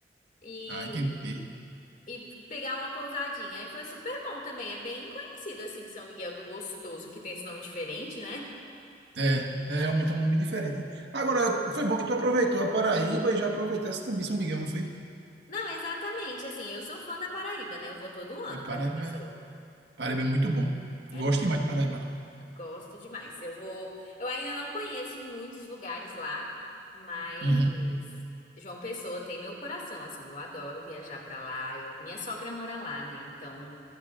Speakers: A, on the left; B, on the right.
A: e,
B: Ah, entendi.
A: e pegar uma pousadinha. Aí foi super bom também. É bem conhecido, assim, São Miguel do Gostoso, que tem esse nome diferente, né?
B: É, é realmente é um nome diferente. Agora, foi bom que tu aproveitou a Paraíba e já aproveitasse também São Miguel, não foi?
A: Não, exatamente. Assim, eu sou fã da Paraíba, né? Eu vou todo ano
B: É,
A: pra
B: Paraíba,
A: João Pessoa.
B: é- Paraíba é muito bom.
A: É
B: Eu
A: muito.
B: gosto demais de Paraíba.
A: eu Gosto demais. Eu vou. Eu ainda não conheço muitos lugares lá, mas
B: Uhum.
A: João Pessoa tem meu coração, assim. Eu adoro viajar pra lá. Eu... Minha sogra mora lá, né? Então.